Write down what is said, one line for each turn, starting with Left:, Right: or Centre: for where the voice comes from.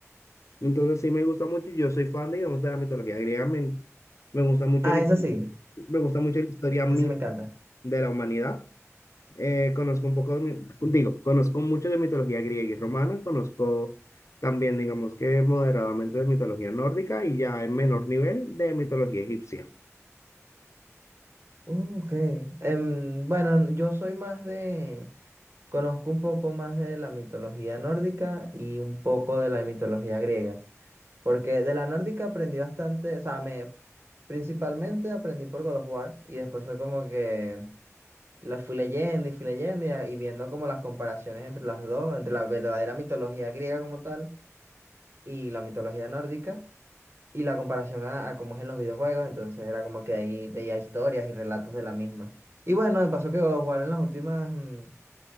Left: Entonces sí me gusta mucho, yo soy fan, digamos, de la mitología griega, me, me gusta mucho,
Right: Ah,
Left: la his-
Right: eso sí,
Left: me gusta mucho la historia mí-
Right: eso sí me encanta.
Left: de la humanidad. Eh, conozco un poco de, mi- digo, conozco mucho de mitología griega y romana, conozco también, digamos que moderadamente de mitología nórdica y ya en menor nivel de mitología egipcia.
Right: Uh, ok. Em, bueno, yo soy más de, conozco un poco más de la mitología nórdica y un poco de la mitología griega. Porque de la nórdica aprendí bastante, o sea, me, principalmente aprendí por God of War y después fue como que... La fui leyendo y fui leyendo y, a- y viendo como las comparaciones entre las dos, entre la verdadera mitología griega como tal y la mitología nórdica y la comparación a, a cómo es en los videojuegos, entonces era como que ahí veía historias y relatos de la misma. Y bueno, me pasó que God of War en las últimas, mm,